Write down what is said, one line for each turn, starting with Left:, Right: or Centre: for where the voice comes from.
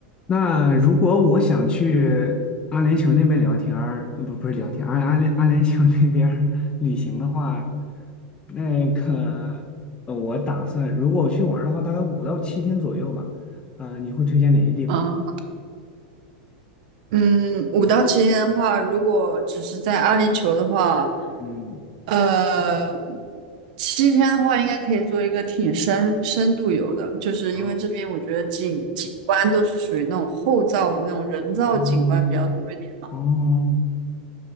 Left: 那如果我想去阿联酋那边聊天儿，呃不不是聊天，阿阿联阿联酋那边儿 <laughs> 旅行的话，那个呃我打算如果我去玩儿的话，大概五到七天左右吧。呃，你会推荐哪些地方呢？
Right: 啊，嗯，五到七天的话，如果只是在阿联酋的话，
Left: 嗯，
Right: 呃，七天的话应该可以做一个挺深深度游的，就是因为这边我觉得景景观都是属于那种后造的那种人造景观比较多一点嘛。
Left: 啊，哦，哦，